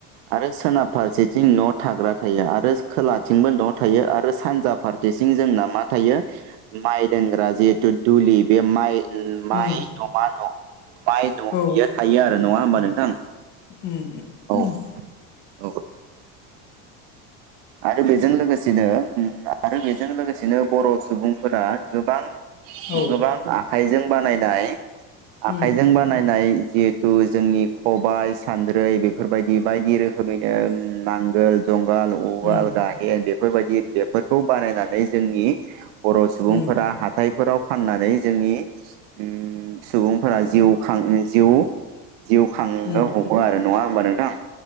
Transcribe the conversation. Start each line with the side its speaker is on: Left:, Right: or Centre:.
Right: आरो सोनाब फारसेथिं न' थाग्रा थायो आरो खोलाथिंबो न' थायो आरो सानजा फार <unintelligible> जोंना मा थायो माइ दोनग्रा जिहेथु दुलि बे माइ माइ
Left: उम
Right: न' मा न' माइ न'
Left: औ
Right: बियो थायो आरो नङा होमबा
Left: उम
Right: नोंथां
Left: उम उम
Right: औ <unintelligible> आरो बेजों लोगोसेनो उम आरो बेजों लोगोसेनो बर' सुबुंफोरा गोबां
Left: औ
Right: गोबां आखाइजों बानायनाय आखाइजों
Left: उम
Right: बानायनाय जिहेतु जोंनि ख'बाय सान्द्रै बेफोरबायदि बायदि रोखोमै नांगोल जुंगाल उवाल
Left: उम
Right: गाहेन बेफोरबायदि बे फोरखौ बानायनानै जोंनि बर' सुबुंफोरा
Left: उम
Right: हाथायफोराव फाननानै जोंनि उम सुबुंफोरा जिउां जिउ जिउ खांनो
Left: उम
Right: हो आरो नङा होमबा नोंथां